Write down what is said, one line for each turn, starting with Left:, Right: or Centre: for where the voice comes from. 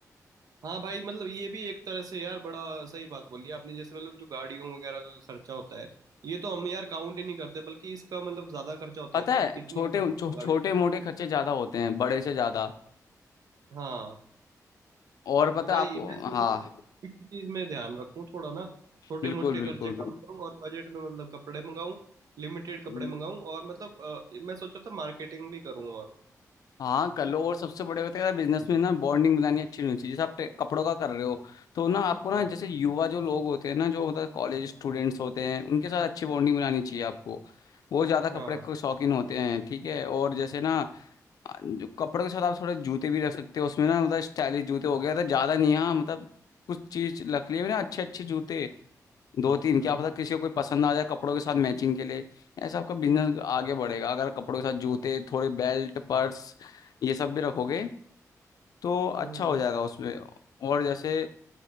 Right: हाँ भाई मतलब ये भी एक तरह से यार बड़ा सही बात बोली आपने जैसे मतलब जो गाड़ियों वगैरह का खर्चा होता है ये तो हम यार काउंट ही नहीं करते बल्कि इसका मतलब ज्यादा खर्चा होता
Left: पता
Right: है कि
Left: है
Right: कितनी
Left: छोटे
Right: बार आपको
Left: छो, छोटे
Right: गाड़ी
Left: मोटे खर्चे ज्यादा होते हैं बड़े से ज्यादा
Right: हाँ
Left: और पता
Right: तो भाई
Left: है आपको
Right: मैं सोच
Left: हाँ
Right: रहा हूँ इसी चीज में ध्यान रखूँ थोड़ा ना छोटे
Left: बिल्कुल
Right: मोटे
Left: बिल्कुल
Right: खर्चे कम करूँ और बजट में मतलब कपड़े मंगाऊँ लिमिटेड कपड़े
Left: हम्म,
Right: मंगाऊँ और मतलब अ, मैं सोचा था मार्केटिंग भी करूँ और
Left: हाँ कर लो और सबसे बड़े बात है बिजनेस में ना बॉन्डिंग बनानी अच्छी होनी चाहिए जैसे आप टे- कपड़ों का कर रहे हो तो ना आपको ना
Right: हाँ
Left: जैसे युवा जो लोग होते हैं ना जो मतलब कॉलेज स्टूडेंट्स होते हैं उनके साथ अच्छी बॉन्डिंग बनानी चाहिए आपको वो ज्यादा कपड़े
Right: हाँ
Left: के शौकीन होते हैं ठीक है और जैसे ना आ, जो कपड़ों के साथ आप थोड़े जूते भी रख सकते हो उसमें ना मतलब स्टाइलिश जूते हो गया तो ज्यादा नहीं हाँ मतलब कुछ चीज रख लिए ना अच्छे अच्छे जूते दो तीन
Right: हम्म
Left: क्या पता किसी को कोई पसंद आ जाए कपड़ों के साथ मैचिंग के लिए ऐसा आपका बिजनेस आगे बढ़ेगा अगर कपड़ों के साथ जूते थोड़े बेल्ट पर्स ये सब भी रखोगे तो अच्छा
Right: हम्म
Left: हो जाएगा
Right: हम्म,
Left: उसमें और जैसे